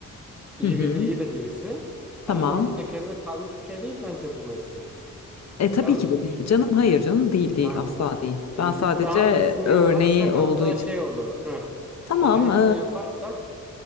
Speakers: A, in the centre; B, on the left (about 50°).
A: İyi
B: hı hı.
A: bir de iyi de birisi. Ama
B: Tamam.
A: onun tekeline kalmış bir şey değil bence bu meslek.
B: E tabii
A: Yanlış
B: ki de
A: mı
B: değil
A: düşünüyorum?
B: canım. Hayır canım değil değil
A: Aynen.
B: asla değil.
A: Yani
B: Ben sadece
A: biz daha iyisini
B: örneği
A: yaparsak
B: olduğu
A: hatta
B: için.
A: şey olur. Heh.
B: Tamam.
A: Daha iyisini
B: e,
A: yaparsak